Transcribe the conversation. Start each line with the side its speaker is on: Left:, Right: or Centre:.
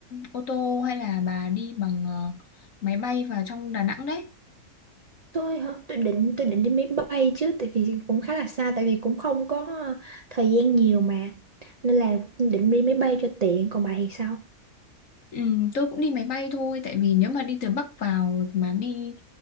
Left: ô tô hay là bà đi bằng ờ, máy bay vào trong Đà Nẵng đấy?
Right: Tôi hả? Tôi định tôi định đi máy bay chứ, tại vì cũng khá là xa, tại vì cũng không có thời gian nhiều mà, nên là định đi máy bay cho tiện. Còn bà thì sao?
Left: Ừ, tôi cũng đi máy bay thôi tại vì nếu mà đi từ Bắc vào mà đi